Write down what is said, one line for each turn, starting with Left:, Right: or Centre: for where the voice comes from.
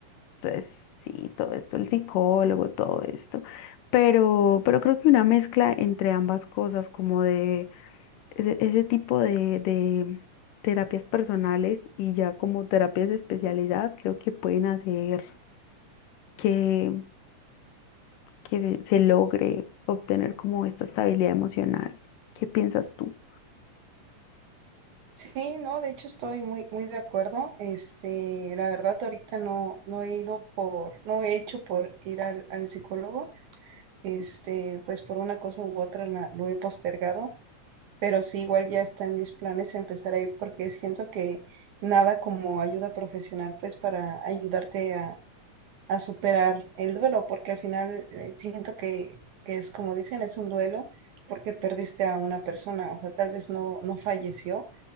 Left: pues sí, todo esto, el psicólogo, todo esto, pero, pero creo que una mezcla entre ambas cosas, como de ese, ese tipo de, de terapias personales y ya como terapias especializadas creo que pueden hacer que, que se, se logre obtener como esta estabilidad emocional. ¿Qué piensas tú?
Right: Sí, no, de hecho estoy muy, muy de acuerdo. Este, la verdad ahorita no, no he ido por, no he hecho por ir al, al psicólogo. Este, pues por una cosa u otra la- lo he postergado, pero sí igual ya está en mis planes empezar a ir porque siento que nada como ayuda profesional pues para ayudarte a, a superar el duelo, porque al final eh, siento que, que es como dicen, es un duelo porque perdiste a una persona, o sea, tal vez no, no falleció